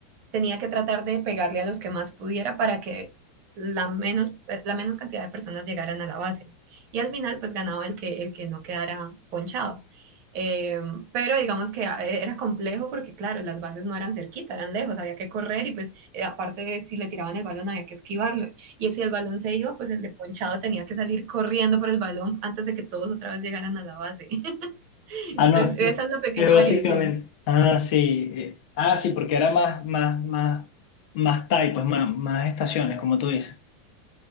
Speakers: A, on the right (about 50°); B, on the left (about 65°).
A: tenía que tratar de pegarle a los que más pudiera para que la menos, eh, la menos cantidad de personas llegaran a la base. Y al final, pues ganaba el que, el que no quedara ponchado. Eh, pero digamos que ah, e, era complejo porque, claro, las bases no eran cerquita, eran lejos, había que correr y pues eh, aparte de si le tiraban el balón había que esquivarlo. Y si el balón se iba, pues el de ponchado tenía que salir corriendo por el balón antes de que todos otra vez llegaran a la base. <laughs>
B: Ah, no,
A: Entonces, esa es la pequeña
B: es básicamente.
A: variación.
B: Ah, sí. eh, Ah, sí, porque era más, más, más, más type, pues más, más estaciones, como tú dices.